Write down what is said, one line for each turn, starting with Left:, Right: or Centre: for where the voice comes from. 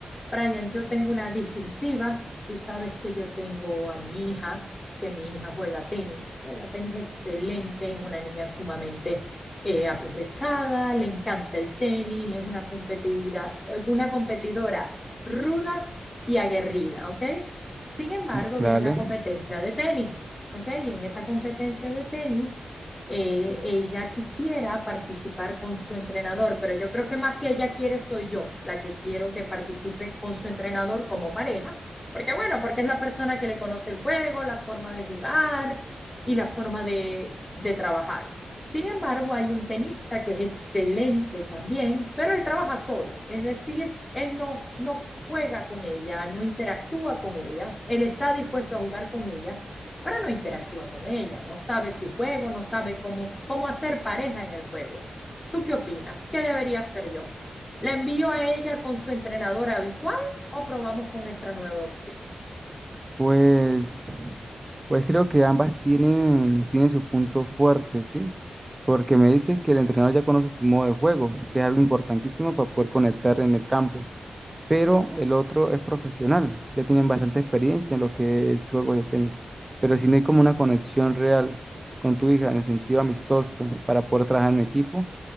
Left: Brian, yo tengo una disyuntiva. Tú sabes que yo tengo a mi hija, que mi hija juega tenis, juega tenis excelente, es una niña sumamente eh, aprovechada, le encanta el tenis, es una competidora, una competidora ruda y aguerrida, ¿ok? Sin embargo,
Right: Mm, Dale.
Left: viene una competencia de tenis, ¿ok? Y en esa competencia de tenis eh, ella quisiera participar con su entrenador, pero yo creo que más que ella quiere soy yo, la que quiero que participe con su entrenador como pareja, porque bueno, porque es la persona que le conoce el juego, la forma de jugar y la forma de, de trabajar. Sin embargo, hay un tenista que es excelente también, pero él trabaja solo, es decir, él no, no juega con ella, no interactúa con ella, él está dispuesto a jugar con ella, pero no interactúa con ella, no sabe su juego, no sabe cómo, cómo hacer pareja en el juego. ¿Tú qué opinas? ¿Qué debería hacer yo? ¿La envío a ella con su entrenadora habitual o probamos con esta nueva opción?
Right: Pues, pues creo que ambas tienen, tienen sus puntos fuertes, ¿sí? Porque me dices que el entrenador ya conoce su modo de juego, que es algo importantísimo para poder conectar en el campo. pero el otro es profesional, ya tienen bastante experiencia en lo que es juegos de tenis, pero si no hay como una conexión real con tu hija en el sentido amistoso para poder trabajar en equipo,